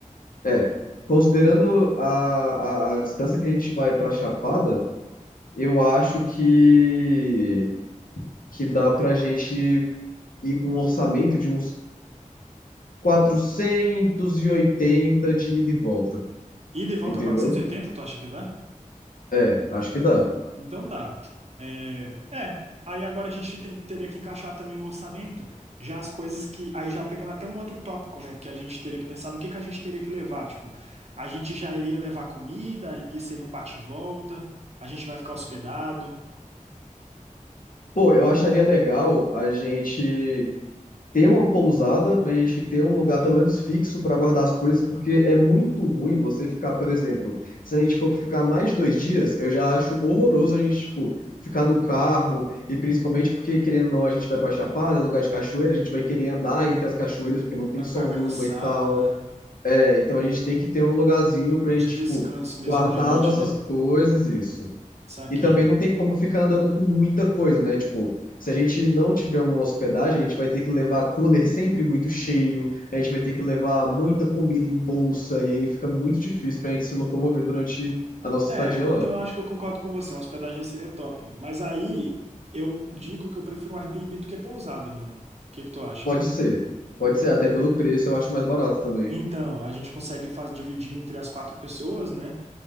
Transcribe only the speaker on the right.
Ida e volta
480, tu acha que dá?
Então tá. É, é, aí agora a gente tem, que- teria que encaixar também no orçamento já as coisas que. Aí já pegando até um outro tópico, né? Porque a gente teria que pensar no que, que a gente teria que levar. Tipo, a gente já iria levar comida e seria um bate-volta, a gente vai ficar hospedado,
vai
ficar
cansado,
né?
De descanso
mesmo
de noite,
né?
Saquei.
É,
então
eu acho que eu concordo com você, uma hospedagem seria top. Mas aí eu digo que eu prefiro um Airbnb do que pousada, mano. O que que tu acha?
Então, a gente consegue faz, dividir entre as quatro pessoas, né?